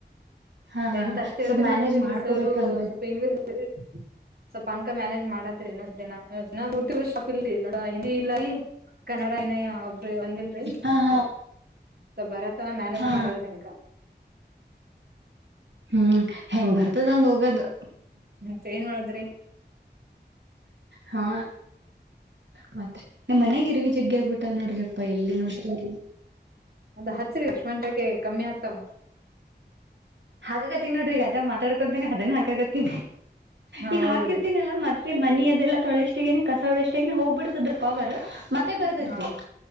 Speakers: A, on the right; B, on the right.
A: ಹಾ
B: ಟೆಂತ್,
A: ಹಾ
B: ಅಷ್ಟೇ,
A: ಸ್ವಲ್ಪ್
B: ಅಲ್ರೀ,
A: ಮ್ಯಾನೇಜ್
B: ಮತ್ತೆ, ಇಲ್ಲಿ
A: ಮಾಡ್ಕೋಬೇಕಲ್ರರಿ
B: ಸರು ಸ್ವಲ್ಪ, ಇಂಗ್ಲಿಷ್. <unintelligible> ಪಂಕ ಮ್ಯಾನೇಜ್ ಮಾಡದ್ರಿ ನ ದಿನ ನಾವ್ ಟ್ಟಾಪ್ ಇಲ್ರಿ ಹಿಂದಿ ಇಲ್ಲ ಈ ಕನ್ನಡ ಇನಯ ಒಬ್ರಿ ಒಂದಿಲ್ರಿ
A: ಹಾ ಹಾ
B: ಸೊ,, ಭಾರತನ, ಮ್ಯಾನೇಜ್
A: ಹಾ
B: ಮಾಡದ್ರ, ಹೆಂಗ. <inaudible>
A: ಹ್ಮ್ ಹೆಂಗ್ ಬರ್ತದ ಹಂಗ ಹೋಗದು.
B: ಮತ್ತೆ ಏನ್ ಮಾಡದ್ರಿ.
A: ಹಾ. ಮಾತ್ರಿ ನಮ್ ಮನ್ಯಗ ಇರ್ವಿ ಜಗ್ಗ ಆಗ್ಬಿಟ್ಟ ನೋಡ್ರಿಪ್ಪಾ ಎಲ್ಲಿ ನೋಡ.
B: ಅದ ಹಚ್ಚರಿಿ ಲಕ್ಷ್ಮಟಕ್ಕೆ ಕಮ್ಮಿ ಆಗ್ತಾವ.
A: ಹಾಗ ತಿ ನೋಡ್ರಿ ಅದ ಮಾತಾಡ್ಕೊತೇನೆ. ಅದೇನ್ ಹಾಕಾಗತ್ತೀಿ
B: ಹಾ
A: ಈಗ
B: ಹೌದ್ರಿ
A: ಹಾಕಿರ್ತೀನಲ್ಲ ಮತ್ತ. ಮತ್ತ ಮಿ ಅದೆಲ್ಲ ತೊಳೆಷ್ಟಿಗೇನನೆ ಕಸ ಒಳಷ್ಟಿಗನನೆ ಹೋಗ್ಬಿಡ್ತದ್ರ ಪವರ್ ಮತ್ತೆ ಬರ್ತತ್ೀ
B: ಹಾ